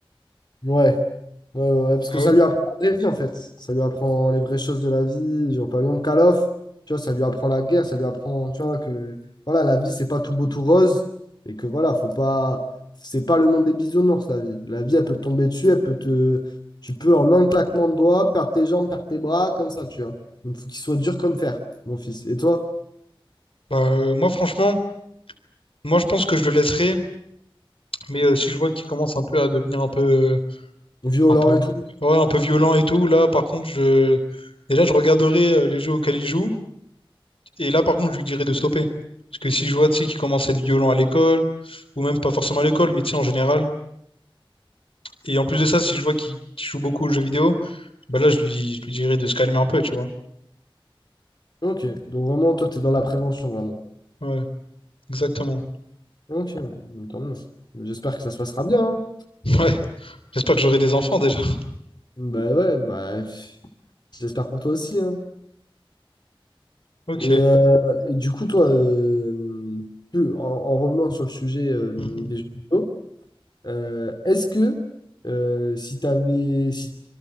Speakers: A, on the left; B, on the left.
A: Ouais. Ouais, ouais, ouais, parce
B: Ah
A: que ça
B: ouais?
A: lui apprend la vraie vie en fait. Ça lui apprend les vraies choses de la vie. Genre, par exemple, Call of, tu vois, ça lui apprend la guerre, ça lui apprend, tu vois, que voilà, la vie, c'est pas tout beau, tout rose. Et que voilà, faut pas. C'est pas le monde des bisounours, la vie. La vie, elle peut te tomber dessus, elle peut te. Tu peux en un claquement de doigts perdre tes jambes, perdre tes bras, comme ça, tu vois. Donc, faut qu'il soit dur comme fer, mon fils. Et toi?
B: Bah, euh, moi, franchement, moi, je pense que je le laisserais, mais euh, si je vois qu'il commence un peu à devenir un peu, euh,
A: Violent
B: un peu,
A: et tout.
B: ouais, un peu violent et tout, là, par contre, je, déjà, je regarderai euh, les jeux auxquels il joue. Et là, par contre, je lui dirais de stopper. Parce que si je vois, tu sais, qu'il commence à être violent à l'école, ou même pas forcément à l'école, mais tu sais, en général. Et en plus de ça, si je vois qu'il qu'il joue beaucoup aux jeux vidéo, bah là, je lui, je lui dirais de se calmer un peu, tu vois.
A: Ok. Donc, vraiment, toi, t'es dans la prévention, vraiment.
B: Ouais, exactement.
A: Ok. Tant mieux. J'espère que ça se passera bien. hein.
B: <laughs> Ouais, j'espère que j'aurai des enfants déjà. <laughs>
A: Bah ouais, bah, pff, j'espère pour toi aussi, hein.
B: Ok.
A: Et, euh, et du coup, toi, euh, plus- en, en revenant sur le sujet euh,
B: Mhm.
A: des jeux vidéo, euh, est-ce que euh, si t'avais si,